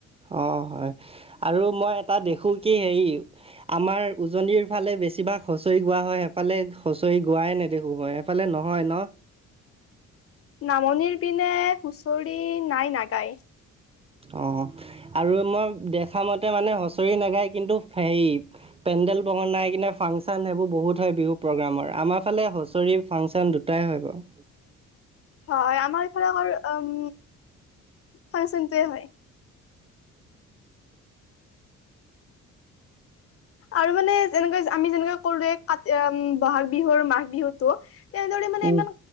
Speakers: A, on the right; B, on the left.
A: অ', হয় আৰু মই এটা দেখো কি হেৰি আমাৰ উজনিৰ ফালে বেছিভাগ হুঁচৰি গোৱা হয় সেইফালে হুঁচৰি গোৱাই নেদেখো মই। সেইফালে নহয় ন?
B: নামনিৰ পিনে হুঁচৰি নাই নাগায়।
A: অ, আৰু মই দেখামতে মানে হুঁচৰি নাগায় কিন্তু হেৰি পেণ্ডেল বনাই কিনে ফাংচন সেইবোৰ বহুত হয় বিহু প্ৰগেমৰ। আমাৰ ফালে হুঁচৰি ফাংচন দুটাই হয় বাৰু।
B: হয়, আমাৰ এইফালে অকল উম ফাংচনটোয়ে হয়। আৰু মানে যেনেকৈ আমি যেনেক কৰো এ কাতি উম ব'হাগ বিহুৰ মাঘ বিহুতো তেনেদৰে মানে
A: উম।
B: ইমান